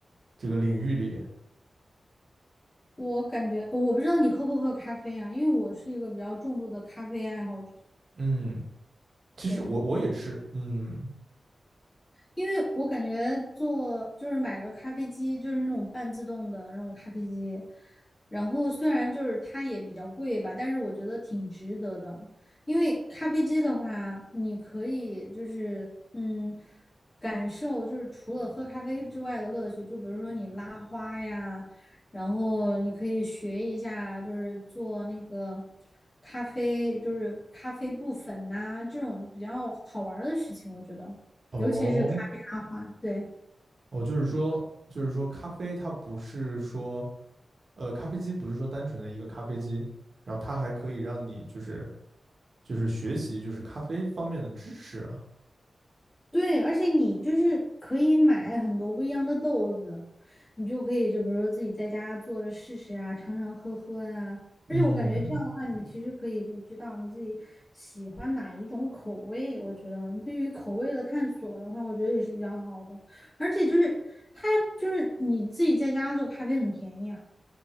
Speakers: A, on the right; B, on the left.
A: 这个领域里，
B: 我感觉我不知道你喝不喝咖啡啊，因为我是一个比较重度的咖啡爱好者。
A: 嗯，其实我我也是，
B: 对，
A: 嗯，
B: 因为我感觉做就是买个咖啡机，就是那种半自动的那种咖啡机，然后虽然就是它也比较贵吧，但是我觉得挺值得的。因为咖啡机的话，你可以就是嗯，感受就是除了喝咖啡之外的乐趣，就比如说你拉花呀，然后你可以学一下就是做那个咖啡，就是咖啡布粉呐、这种比较好玩儿的事情，我觉得。
A: 哦
B: 尤其是咖啡拉花，对
A: 哦，就是说就是说咖啡它不是说呃咖啡机不是说单纯的一个咖啡机，然后它还可以让你就是就是学习就是咖啡方面的知识啊，
B: 对，而且你就是可以买很多不一样的豆子，你就可以就比如说自己在家做着试试啊，尝尝喝喝啊。
A: 嗯，
B: 而且我感觉这样的话，你其实可以就知道你自己喜欢哪一种口味。我觉得对于口味的探索的话，我觉得也是比较好的。而且就是它就是你自己在家做咖啡很便宜啊。